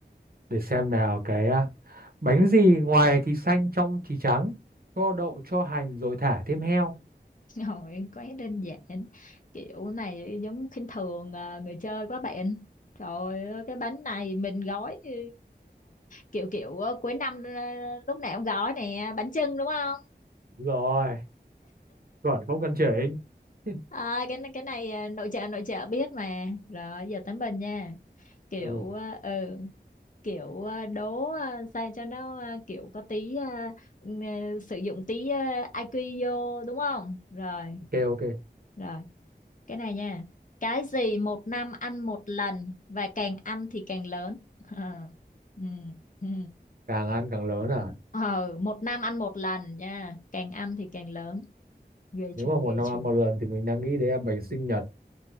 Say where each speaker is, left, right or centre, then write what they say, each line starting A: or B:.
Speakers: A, on the right; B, on the left.
A: để xem nào cái à, bánh gì ngoài thì xanh trong thì trắng cho đậu cho hành rồi thả thêm heo
B: <laughs> rồi quá đơn giản kiểu này giống khinh thường à, người chơi quá bạn Trời ơi, cái bánh này mình gói ừ, kiểu kiểu ờ, cuối năm ờ, lúc nào cũng gói nè bánh chưng đúng không
A: Đúng rồi chuẩn không cần chỉnh <laughs>
B: À, cái này- cái này à, nội trợ nội trợ biết mà rồi giờ tới mình nha kiểu
A: ừ
B: à, ừ kiểu à, đố à, sao cho nó à, kiểu có tí à, ừ, à, sử dụng tí à, IQ vô đúng không rồi
A: ok ok
B: rồi cái này nha cái gì một năm ăn một lần và càng ăn thì càng lớn <laughs> Ờ, ừ, ừ.
A: càng ăn càng lớn à
B: Ờ, một năm ăn một lần nha càng ăn thì càng lớn ghê
A: nếu
B: chưa
A: mà một
B: ghê
A: năm
B: chưa
A: ăn một
B: <laughs>
A: lần thì mình đang nghĩ đấy là bánh sinh nhật